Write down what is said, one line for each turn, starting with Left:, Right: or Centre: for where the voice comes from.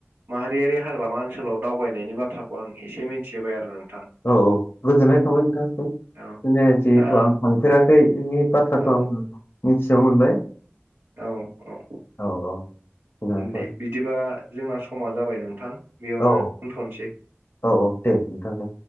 Right: माहारियारि हाग्रामा ओनसोलाव दाव थगायनायनि बाथ्राखौ आं एसे मिन्थिहोबाय आरो नों
Left: औ औ गोजोननाय थाबाय नोंथांनिसिम
Right: औ
Left: बिदिनो जिहेथु
Right: दा
Left: आं थांफेराखै बिनि बाथ्राखौ
Right: औ
Left: आं मिनथिना मोनबाय
Right: औ औ
Left: औ औ गोजोननाय थाबाय
Right: दे बिदिबा जोंना समा जाबाय नोंथां बेयावनो
Left: औ
Right: दोनथनसै। <inaudible>
Left: औ औ दे नोंथां दे